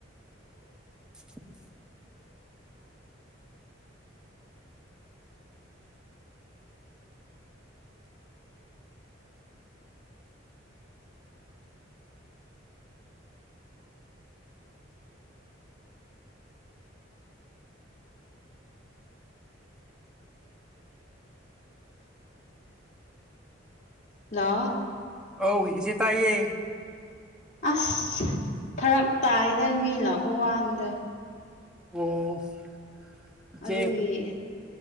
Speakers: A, in the centre; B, on the left (about 40°).
A: <unintelligible>
B: ꯂ
A: ꯑꯧ ꯆꯦ ꯇꯥꯏꯌꯦ
B: ꯑꯁ ꯐꯔꯛ ꯇꯥꯏꯗ ꯃꯤ ꯂꯥꯛꯄ ꯋꯥꯗ
A: ꯑꯣꯦ
B: ꯑꯗꯨꯒꯤ